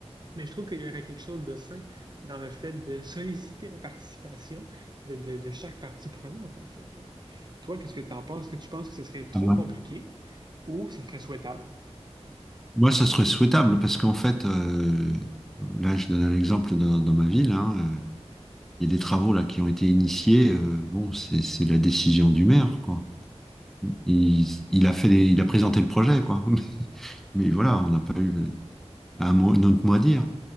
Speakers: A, on the right (about 40°); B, in the centre.
A: Mais je trouve qu'il y aurait quelque chose de sain dans le fait de solliciter la participation de, de- de chaque partie prenante, en fait. Toi, qu'est-ce que tu en penses? Est-ce que tu penses que ce serait trop
B: Ah ouais.
A: compliqué ou ce serait souhaitable?
B: Moi, ça serait souhaitable parce qu'en fait, euh, là, je donne un exemple dans, dans ma ville, hein, euh, il y a des travaux là qui ont été initiés. euh, bon, c'est c'est la décision du maire, quoi. Il, il a fait des- il a présenté le projet, quoi. <laughs> Mais voilà,
A: Ah.
B: on n'a pas eu le- un mot, notre mot à dire.